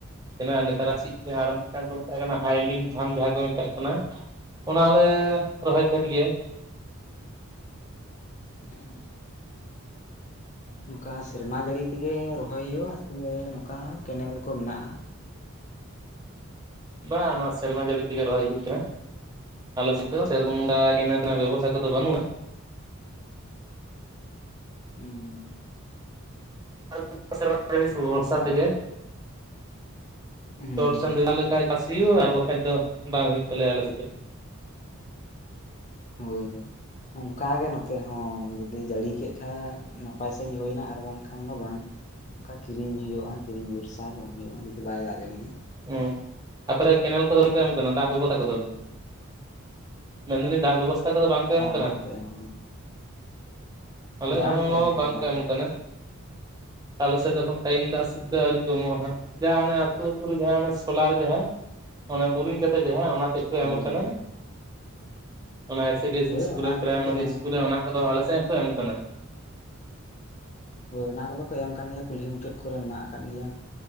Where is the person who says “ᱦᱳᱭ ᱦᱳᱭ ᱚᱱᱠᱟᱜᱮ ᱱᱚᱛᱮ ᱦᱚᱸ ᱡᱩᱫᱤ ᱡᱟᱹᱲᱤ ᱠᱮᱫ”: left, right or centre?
Left